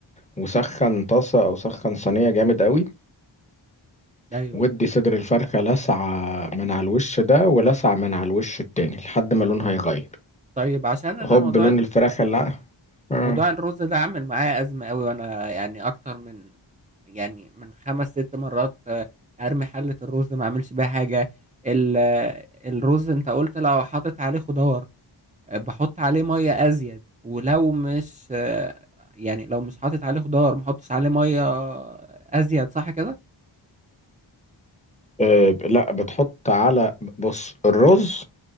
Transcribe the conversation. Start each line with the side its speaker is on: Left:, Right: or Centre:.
Left: وسخن طاسة أو سخن صينية جامد قوي
Right: ايوه
Left: ودي
Right: أيوة.
Left: صدر الفرخة لسعة من على الوش ده ولسعة من على الوش التاني لحد ما لونها يغير
Right: طيب عشان انا
Left: هوب
Right: موضوع
Left: لون
Right: ال-
Left: الفراخ اللي ع- آه.
Right: موضوع الرز ده عامل معايا ازمه قوي وانا يعني اكتر من يعني من خمس ست مرات آه، ارمي حله الرز ما اعملش بيها حاجه ال- آه، الرز انت قلت لو حاطط عليه خضار آه، بحط عليه ميه ازيد ولو مش آه، يعني لو مش حاطط عليه خضار ما احطش عليه ميه ازيد صح كده
Left: آه، لا بتحط على بص الرز